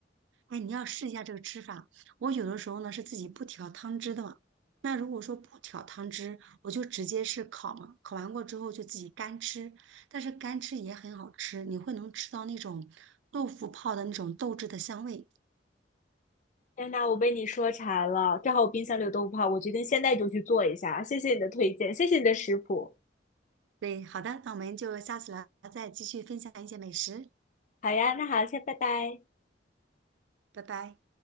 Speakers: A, on the right; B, on the left.
A: 哎，你要试一下这个吃法。我有的时候呢是自己不调汤汁的嘛。那如果说不调汤汁，我就直接是烤嘛，烤完过之后就自己干吃。但是干吃也很好吃，你会能吃到那种豆腐泡的那种豆汁的香味。
B: 天呐，我被你说馋了，正好我冰箱里有豆腐泡，我决定现在就去做一下。谢谢你的推荐，谢谢你的食谱。
A: 对，好的，那我们就下次聊，再继续分享一些美食，
B: 好呀，那好，先拜拜。
A: 拜拜。